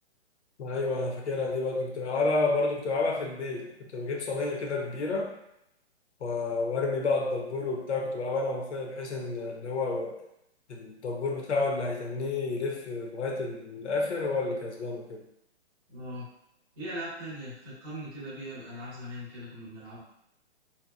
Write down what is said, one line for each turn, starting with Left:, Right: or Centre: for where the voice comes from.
Left: ايوه انا فاكرها دي برضه كنت بلعبها برضه كنت بلعبها في البيت كنت بجيب صينيه كده كبيره و- وارمي بقى الدبور وبتاع كنت بلعبها انا واخويا بحيث ان اللي هو الدبور بتاعه اللي هيتنيه يلف لغايه الاخر هو اللي كسبان وكده
Right: اه ايه ألعاب تانية فكرني كده بيها بألعاب زمان كده كنا بنلعبها